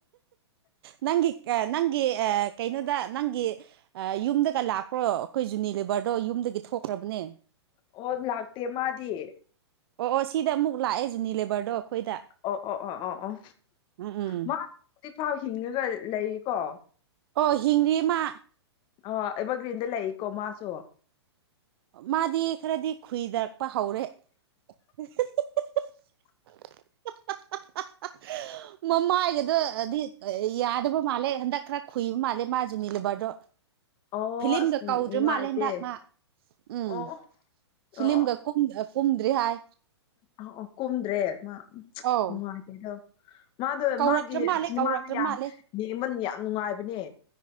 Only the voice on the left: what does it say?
ꯑꯣ ꯂꯥꯛꯇꯦ ꯃꯥꯗꯤ
ꯑꯣ ꯑꯣ ꯑꯣ ꯑꯣ ꯑꯣ
ꯃꯥ ꯍꯧꯖꯤꯛꯐꯥꯎ ꯍꯤꯡꯉꯒ ꯂꯩꯔꯤꯀꯣ
ꯑꯣ ꯑꯦꯕꯔꯒ꯭ꯔꯤꯟꯗ ꯂꯩꯀꯣ ꯃꯥꯁꯨ
ꯑꯣ
ꯑꯁ
ꯅꯨꯡꯉꯥꯏꯇꯦ
ꯑꯣ
ꯑꯣ
ꯑ ꯑ ꯀꯨꯝꯗ꯭ꯔꯦ ꯃꯥ
ꯅꯨꯡꯉꯥꯏꯇꯦ ꯑꯗꯣ ꯃꯥꯗꯣ
ꯃꯥꯒꯤ
ꯁꯤꯅꯦꯃꯥꯗ
ꯌꯥꯝ
ꯌꯦꯡꯕ ꯌꯥꯝ ꯅꯨꯡꯉꯥꯏꯕꯅꯦ